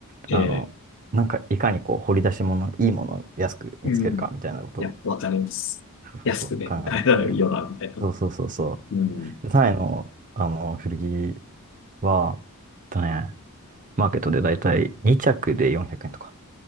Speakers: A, on the left; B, on the right.
A: ええ、
B: あの、なんかいかにこう掘り出し物、いいものを安く見つけるかみたいなことを、
A: うん。いや、わかります。
B: そうそうそう考えてて。
A: 安くね、買えたらいいよな、みたいな。
B: そうそうそうそ
A: うん。
B: う。で、タイの、あの、古着は、えっとね、マーケットでだいたい2着で400円とか。